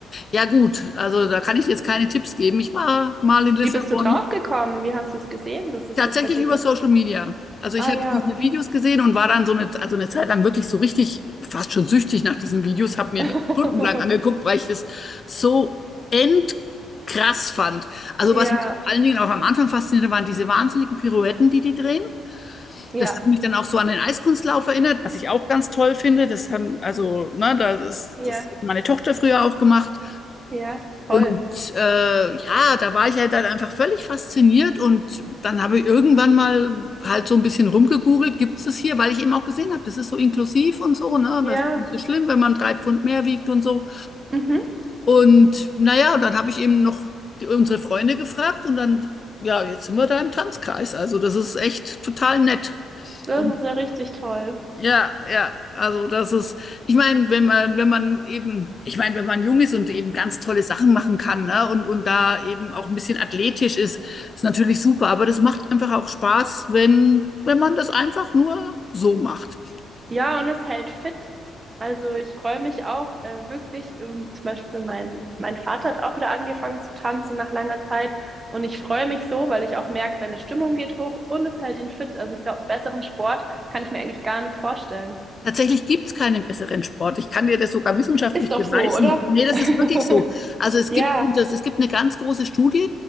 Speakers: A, on the left (about 35°); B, on the right (about 30°).
A: Ja, gut. Also da kann ich jetzt keine Tipps geben. Ich war mal in Lissabon.
B: Wie bist du drauf gekommen? Wie hast du es gesehen, dass es
A: Tatsächlich
B: das bei dir
A: über
B: gibt?
A: Social Media. Also ich
B: Ah
A: habe
B: ja,
A: diese
B: mhm.
A: Videos gesehen und war dann so eine, also eine Zeit lang wirklich so richtig fast schon süchtig nach diesen Videos, habe mir
B: <laughs>
A: die stundenlang angeguckt, weil ich das so endkrass fand. Also
B: Ja,
A: was mich vor allen Dingen auch am Anfang faszinierte, waren diese wahnsinnigen Pirouetten, die die drehen.
B: ja,
A: Das hat mich dann auch so an den Eiskunstlauf erinnert, was ich auch ganz toll finde. Das haben, also, ne, das ist,
B: ja,
A: das hat meine Tochter früher auch gemacht.
B: ja, toll.
A: Und äh, ja, da war ich halt dann einfach völlig fasziniert und dann habe ich irgendwann mal halt so ein bisschen rumgegoogelt, gibt es es hier, weil ich eben auch gesehen habe, das ist so inklusiv und so, ne?
B: Ja,
A: Das ist nicht so schlimm, wenn man drei Pfund mehr wiegt und so.
B: mhm.
A: Und naja, dann habe ich eben noch die, unsere Freunde gefragt und dann, ja, jetzt sind wir da im Tanzkreis. Also das ist echt total nett.
B: Das
A: Und
B: ist ja richtig toll.
A: ja, ja, also das ist, ich meine, wenn man, wenn man eben, ich meine, wenn man jung ist und eben ganz tolle Sachen machen kann, ne, und, und da eben auch ein bisschen athletisch ist, ist natürlich super. Aber das macht einfach auch Spaß, wenn, wenn man das einfach nur so macht.
B: Ja, und es hält fit. Also ich freue mich auch äh, wirklich, ähm, zum Beispiel mein, mein Vater hat auch wieder angefangen zu tanzen nach langer Zeit. Und ich freue mich so, weil ich auch merke, seine Stimmung geht hoch und es hält ihn fit. Also ich glaube, einen besseren Sport kann ich mir eigentlich gar nicht vorstellen.
A: Tatsächlich gibt es keinen besseren Sport. Ich kann dir das sogar wissenschaftlich
B: Ist doch
A: beweisen.
B: so, oder?
A: Nee, das
B: <laughs>
A: ist wirklich so. Also es
B: Ja,
A: gibt, das, es gibt eine ganz große Studie,